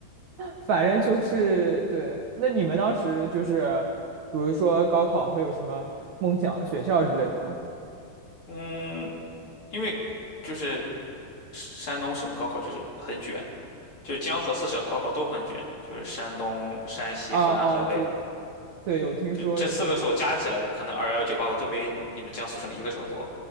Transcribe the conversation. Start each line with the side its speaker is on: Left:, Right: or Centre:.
Right: 反正就是对。那你们当时就是，比如说高考会有什么梦想学校之类的吗？
Left: 嗯，因为就是山东省高考就是很卷，就是江河四省高考都很卷，就是山东、山西、
Right: 啊啊，
Left: 河南、河北。
Right: 就对，有听说，
Left: 就这四个省加起来，
Right: 有听说，
Left: 可能二幺九八五都没你们江苏省一个省多。